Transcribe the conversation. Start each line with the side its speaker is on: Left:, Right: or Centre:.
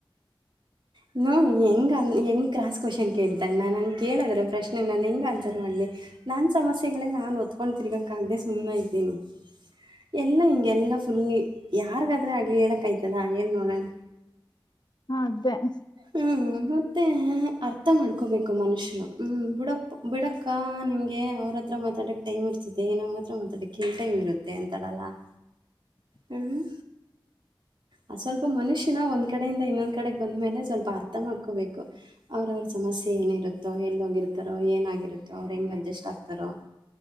Left: <inaudible>
Right: ಹ್ಮ ಹೆಂಗ ಹೆಂಗ ಕ್ರಾಸ್ ಕ್ವಶನ್ ಕೇಳ್ತಳೆ ನಾನ ಹಂಗ ಕೇಳಿದ್ರೆ ಪ್ರಶ್ನೆ ನಾನ ಹೆಂಗ ಆನ್ಸರ್ ಮಾಡಲಿ. ನನ್ನ ಸಮಸ್ಯೆಗಳೇ ನಾನ ಒತ್ಕೊಂಡ ತಿರ್ಬೇಕಾಗ್ದೆ ಸುಮ್ಮನೆ ಇದ್ದೀನಿ. ಎಲ್ಲಾ ಹಿಂಗೆ ಎಲ್ಲಾ ಫುಲ್ಲ ಯಾರಿಗಾದ್ರೆ ಆಗ್ಲಿ ಹೇಳಕ್ ಆಯ್ತದ ಹೇಳ್ ನೋಡೋಣ.
Left: ಹಾ ಅದೇ? <inaudible>
Right: ಹ್ಮ್ ಮತ್ತೆ ಅರ್ಥ ಮಾಡ್ಕೊಬೇಕು ಮನುಷ್ಯನು ಹ್ಮ್ ಬೀಡಾ ಬಿಡಕ್? <inaudible> ಅಕ್ಕ ನಿಮ್ಗೆ ಅವ್ರ ಹತ್ರ ಮಾತಾಡಕ್ ಟೈಮ್ ಇರ್ತಿದೆ! ನಮ್ಮ ಹತ್ರ ಮಾತಾಡಕ್ಂ ಟೈಮ್ ಇರುತ್ತೆ ಅಂತಳಲ್ಲ? <inaudible>
Left: <unintelligible> <inaudible>
Right: ಹ್ಮ್ ಆ ಸ್ವಲ್ಪ ಮನುಷ್ಯನ! ಒಂದ್ ಕಡೆಯಿಂದ ಇನ್ನೊಂದ್ ಕಡೆಗೆ ಬಂದ್ಮೇಲೆ? <inaudible> ಸ್ವಲ್ಪ ಅರ್ಥ ಮಾಡ್ಕೋಬೇಕು? <inaudible> ಆಮೇಲೆ ಸಮಸ್ಯೆ ಏನಿರುತ್ತೋ ಎಲ್ಲೋಗಿರ್ತಾರೋ ಏನಾಗಿರುತ್ತೋ! ಅವ್ರು ಹೆಂಗೆ ಅಡ್ಜಸ್ಟ್ ಆಗ್ತಾರೋ? <inaudible>